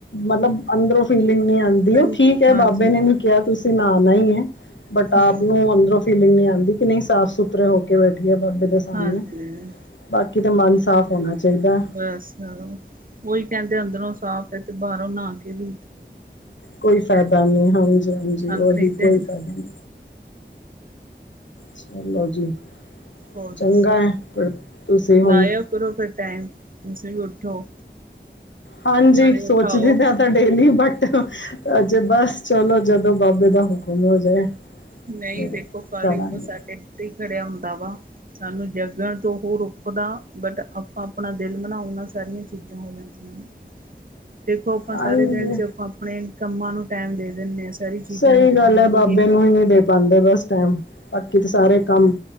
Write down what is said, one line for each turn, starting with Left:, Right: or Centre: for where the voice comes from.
Left: ਮਤਲਬ ਅੰਦਰੋਂ ਫੀਲਿੰਗ ਨੀ ਆਉਂਦੀ।
Right: ਮੈਨੂੰ
Left: ਉਹ ਠੀਕ ਹੈ
Right: ਹਾਂਜੀ
Left: ਬਾਬੇ ਨੇ ਨਹੀਂ ਕਿਹਾ ਤੁਸੀਂ ਨਾਉਣਾ ਹੀ ਹੈ। ਬਟ ਆਪ
Right: ਹੂੰ
Left: ਨੂੰ ਅੰਦਰੋਂ ਫੀਲਿੰਗ ਨਹੀਂ ਆਉਂਦੀ ਕਿ ਨਹੀਂ ਸਾਫ਼ -ਸੁਥਰੀ ਸੁੱਥਰੇ ਹੋ ਕੇ ਬੈਠਿਏ ਬਾਬੇ ਦੇ ਸਾਹਮਣੇ।
Right: ਹਾਂਜੀ
Left: ਬਾਕੀ ਤੇ ਮਨ ਸਾਫ਼ ਹੋਣਾ ਚਾਹੀਦਾ।
Right: ਬਸ, ਉਹੀ ਕਹਿੰਦੇ ਅੰਦਰੋਂ ਸਾਫ਼ ਹੈ ਤੇ ਬਾਹਰੋਂ ਨਹਾ ਕੇ ਵੀ
Left: ਕੋਈ ਫਾਇਦਾ ਨੀ। ਹਾਂਜੀ- ਹਾਂਜੀ।
Right: ਅੰਦਰ
Left: ਉਹੀ
Right: ਹੀ ਦਿਨ
Left: ਕੋਈ ਫਾਇਦਾ ਨੀ। ਚਲੋ ਜੀ।
Right: ਹੋਰ
Left: ਚੰਗਾ
Right: ਦੱਸੋ
Left: ਹੈ। ਫ਼ਿਰ ਤੁਸੀਂ ਹੁਣ
Right: ਲਾਇਆ ਕਰੋ ਫਿਰ ਟਾਈਮ ਤੁਸੀਂ ਵੀ ਉੱਠੋ।
Left: ਹਾਂਜੀ।
Right: ਨਾਲੇ
Left: ਸੋਚਦੀ
Right: ਉਠਾਓ।
Left: ਤਾਂ ਡੇਲੀ ਬਟ ਬਸ ਚਲੋ, ਜਦੋਂ ਬਾਬੇ ਦਾ ਹੁਕਮ ਹੋ ਜਾਏ।
Right: ਨਹੀਂ
Left: ਫਿਰ
Right: ਦੇਖੋ, ਕਲਯੁੱਗ
Left: ਕਰਾਂਗੇ
Right: ਤਾਂ ਸਾਡੇ ਉੱਤੇ ਹੀ ਖੜਿਆ ਹੁੰਦਾ ਵਾ। ਸਾਨੂੰ ਜਗਣ ਤੋਂ ਉਹ ਰੋਕਦਾ, ਬਟ ਆਪਾਂ ਆਪਣਾ ਦਿਲ ਬਨਾਓਨਾਂ ਸਾਰੀਆਂ ਚੀਜ਼ਾਂ ਹੋ ਜਾਣ। ਹ। <inaudible> ਦੇਖੋ ਆਪਾਂ
Left: ਹਾਂਜੀ
Right: ਸਾਰੇ ਦਿਨ ਚ' ਆਪਾਂ ਆਪਣੇ ਕੰਮਾਂ ਨੂੰ ਟਾਈਮ ਦੇ ਦਿੰਦੇ ਹਾਂ। ਸਾਰੀ ਚੀਜ਼ਾਂ
Left: ਸਹੀ
Right: ਨੂੰ ਦਿੰਦੇ
Left: ਗੱਲ ਹੈ
Right: ਹਾਂ,
Left: ਬਾਬੇ
Right: ਵੀ ਕਰ।
Left: ਨੂੰ ਨਹੀਂ ਦੇ ਪਾਉਂਦੇ ਬਸ ਟਾਈਮ, ਬਾਕੀ ਤਾਂ ਸਾਰੇ ਕੰਮ